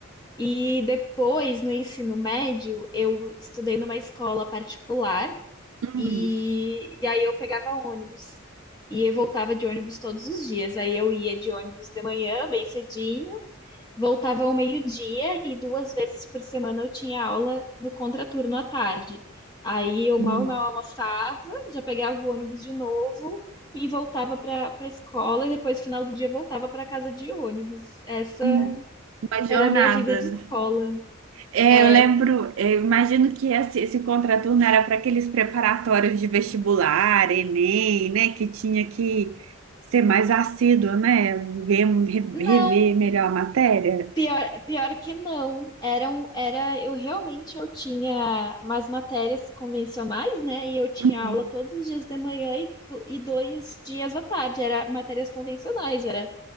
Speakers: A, on the left; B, on the right.
A: E depois, no ensino médio, eu estudei numa escola particular
B: Hum.
A: e, e aí eu pegava ônibus. E eu voltava de ônibus todos os dias. Aí eu ia de ônibus de manhã, bem cedinho. Voltava ao meio-dia e duas vezes por semana eu tinha aula no contraturno à tarde. Aí eu
B: Hum.
A: mal e mal almoçava, já pegava o ônibus de novo e voltava para para a escola e depois, final do dia, voltava para casa de ônibus. Essa
B: Hum. Uma jornada.
A: era a minha vida de escola.
B: É,
A: É,
B: eu lembro, é, eu imagino que esse, esse contraturno era para aqueles preparatórios de vestibular, Enem, né? Que tinha que ser mais assíduo, né? Ver, re-
A: não.
B: rever melhor a matéria.
A: Pior, pior que não. Eram, era, eu realmente eu tinha umas matérias convencionais, né? E eu tinha
B: Hum,
A: aula todos os dias de manhã e, do- e dois dias à tarde. Era matérias convencionais, era